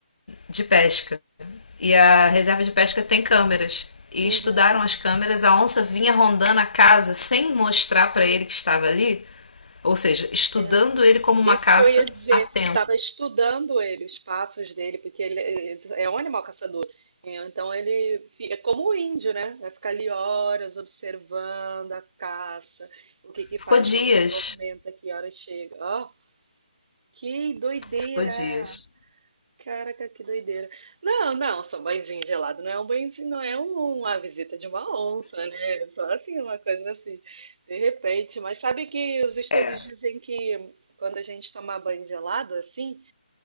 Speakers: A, on the left; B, on the right.
A: de pesca. E a reserva de pesca tem câmeras. E
B: Uhum.
A: estudaram as câmeras, a onça vinha rondando a casa sem mostrar para ele que estava ali, ou seja, estudando
B: Tempos.
A: ele como uma
B: Isso
A: caça
B: que eu ia dizer.
A: a tempo.
B: Tava estudando ele, os passos dele, porque ele ele é um animal caçador. Então ele fi- é como o índio, né? Vai ficar ali horas observando a caça, o que que
A: Ficou
B: faz,
A: dias,
B: como se movimenta, que hora chega. Ó, que doideira!
A: ficou dias.
B: Caraca, que doideira. Não, não, só um banhozinho gelado, não é um banhozinho, não é um- uma visita de uma onça, né? É Só assim, uma coisa assim, de repente. Mas sabe que os estudos
A: É,
B: dizem que quando a gente toma banho gelado, assim,